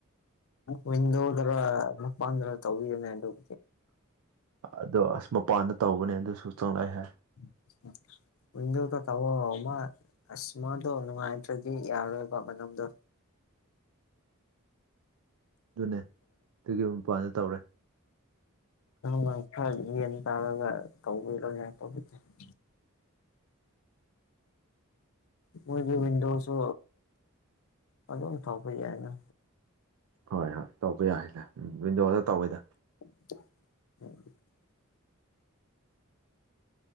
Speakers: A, on the left; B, on the right.
A: ꯋꯤꯟꯗꯣꯗꯔꯥ ꯃꯄꯥꯟꯗꯔꯥ ꯇꯧꯕꯤꯌꯣꯅꯦ ꯑꯗꯨꯝ
B: ꯑꯗꯣ ꯑꯁ ꯃꯄꯥꯟꯗ ꯇꯧꯕꯅꯦ ꯑꯗꯨꯁꯨ ꯆꯪꯂꯛꯑꯦ ꯍꯦ
A: <unintelligible> ꯋꯤꯟꯗꯣꯗ ꯇꯥꯑꯣ ꯃꯥ ꯑꯁ ꯃꯗꯣ ꯅꯨꯡꯉꯥꯏꯇ꯭ꯔꯗꯤ ꯌꯥꯔꯣꯏꯕ ꯃꯅꯝꯗꯣ
B: ꯑꯗꯨꯅꯦ ꯑꯗꯨꯒꯤ ꯃꯄꯥꯟꯗ ꯇꯧꯔꯦ
A: ꯅꯪ ꯈꯔ ꯌꯦꯟ ꯇꯥꯔꯒ ꯇꯧꯕꯤꯔꯣꯅꯦ <unintelligible> ꯃꯣꯏꯗꯤ ꯋꯤꯟꯗꯣꯁꯨ ꯑꯗꯨꯝ ꯊꯧꯕ ꯌꯥꯏꯅ
B: ꯍꯣꯏ ꯍꯣꯏ ꯇꯧꯕ ꯌꯥꯏꯗ ꯋꯤꯟꯗꯣꯗ ꯇꯧꯋꯤꯗ
A: <unintelligible>